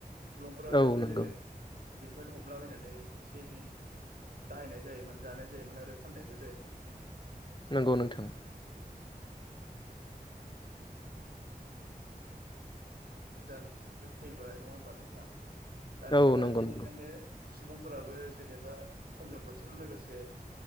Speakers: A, on the right; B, on the left.
A: सुबुंफोरा
B: औ
A: बेयावनो
B: नंगौ
A: जोङो बेनिफ्रायनो हमलाबायनानै एसे एनै बाहायनाय जायोमोन, जानाय जायोमोन आरो फाननायबो जायोमोन।
B: नंगौ नोंथां।
A: गोदान जुग फैबाय नङा होमबा नोंथां? दानिफ्राय
B: औ नंगौ
A: बेनिखायनो
B: नंगौ
A: सुबुंफोराबो जेनेबा समजों बैसोरजों लोगोसे